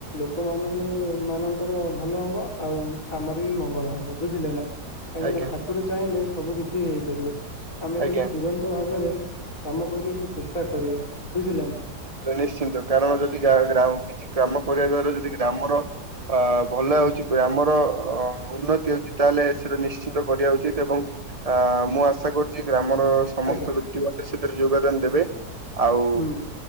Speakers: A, on the left; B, on the right.
A: ଲୋକ ମାନଙ୍କ ମାନଙ୍କର ଭଲ ହବ ଆଉ ଆମର ବି ମଙ୍ଗଳ ହବ ବୁଝିଲେ ନା। କାହିଁକିନା
B: ଆଜ୍ଞା
A: ଠାକୁର ଚାହିଁଲେ ସବୁ କିଛି ହେଇପାରିବ ଆମେ ତାକୁ
B: ଆଜ୍ଞା।
A: ତୁରନ୍ତ ଭାବରେ କାମ କରିବାକୁ ଚେଷ୍ଟା କରିବା ବୁଝିଲ ନା।
B: ନିଶ୍ଚିନ୍ତ କାରଣ ଯଦି ଗ୍ରା କିଛି କାମ କରିବା ଦ୍ଵାରା ଯଦି ଗ୍ରାମର ଅ ଭଲ ହେଉଛି ଆମର ଉନ୍ନତି ହେଉଛି ତାହେଲେ ସେଇଟା ନିଶ୍ଚିନ୍ତ କରିବା ଉଚିତ ଏବଂ ଆ ମୁଁ ଆଶା କରୁଛି ଗ୍ରାମର ସମସ୍ତ
A: ଆଜ୍ଞା
B: ବ୍ୟକ୍ତି ମଧ୍ୟ ସେଥିରେ ଯୋଗଦାନ ଦେବେ ଆଉ
A: ହୁଁ